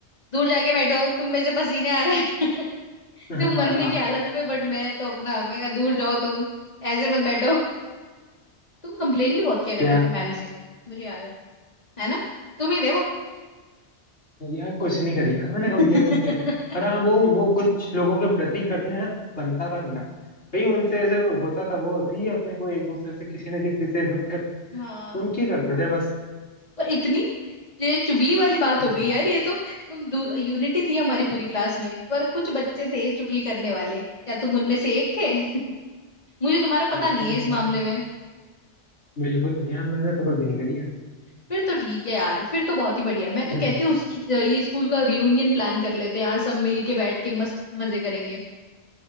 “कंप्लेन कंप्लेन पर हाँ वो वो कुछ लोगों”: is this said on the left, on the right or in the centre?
Left